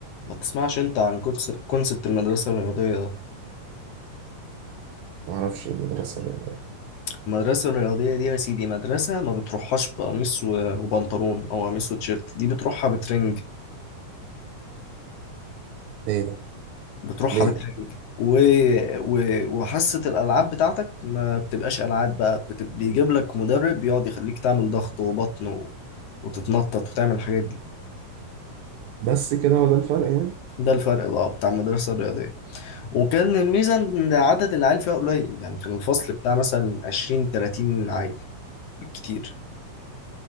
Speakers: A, on the left; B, on the right.
A: ما تسمعش أنت عن كونس- كونسبت المدرسة الرياضية ده
B: ما اعرفش إيه المدرسه اللي هي.
A: المدرسة الرياضية دي يا سيدي مدرسة ما بتروحهاش بقميص و- وبنطلون أو قميص وتيشيرت دي بتروحها بترنج
B: ايه ده
A: بتروحها
B: ليه
A: بترنج و... و... وحصة الألعاب بتاعتك ما بتبقاش ألعاب بقى بت... بيجيب لك مدرب بيقعد يخليك تعمل ضغط وبطن و... وتتنطط وتعمل الحاجات دي
B: بس كده هو ده الفرق يعني
A: ده الفرق بقى بتاع المدرسة الرياضية وكان الميزة إن عدد العيال فيها قليل يعني كان الفصل بتاع مثلا 20 30 عيل بالكتير